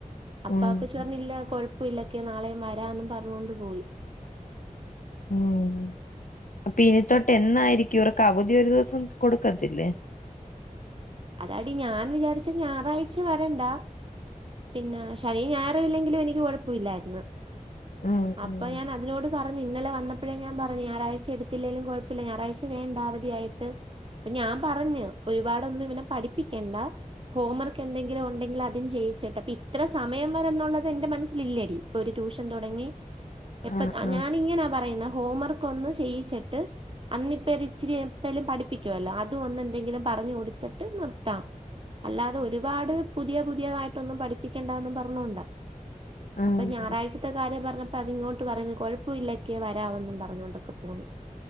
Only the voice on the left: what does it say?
ഉം
ഉം ഉം അപ്പൊ ഇനി തൊട്ട് എന്നായിരിക്കും ഇവർക്ക് അവധി ഒരു ദിവസം കൊടുക്കത്തില്ലേ?
ഉം
ഉം
ആഹ് ആഹ്
ആഹ്